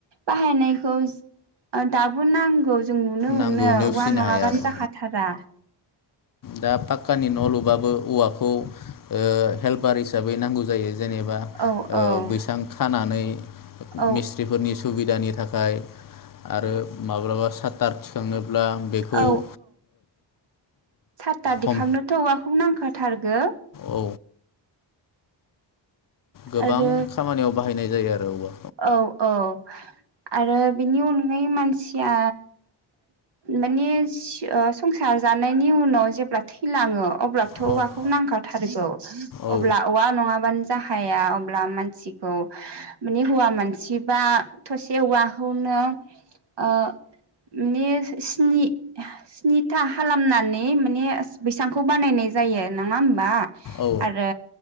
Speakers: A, on the right; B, on the left.
A: बाहायनायखौ दाबो नांगौ। जों नुनो मोनो
B: नांगौ नेवसिनो
A: औवा नङाबानो
B: हाया आरो
A: जाखाथारा।
B: दा पाक्कानि न लुबाबो औवाखौ ओ हेल्पार हिसाबै नांगौ जायो। जेनेबा ओ
A: औ औ
B: बैसां खानानै
A: औ
B: मिस्थ्रिफोरनि सुबिदानि थाख खाय आरो माब्लाबा साथार थिखांनो अब्ला आं बेखौ
A: औ
B: ओ
A: थार दिखांनोथ
B: हम
A: औवाखौ नांखा थारगो।
B: औ गोबां
A: आरो
B: खामानियाव बाहायनाय जायो आरो अबा
A: औ औ आरो बेनि अनगायै मानसिया माने संसार ओ जानायनि उनाव जेब्ला थैलाङो अब्लाथ
B: औ
A: औवाखौ नांखाथारगौ।
B: औ
A: अब्ला औवा नङाबानो जाहाया अब्ला मानसिखौ माने हौवा मानसिबा थसे औवाखौनो ओ माने स्नि स्निथा खालामनानै माने बैसांखौ बानायनाय जायो नङा होमबा? आरो
B: औ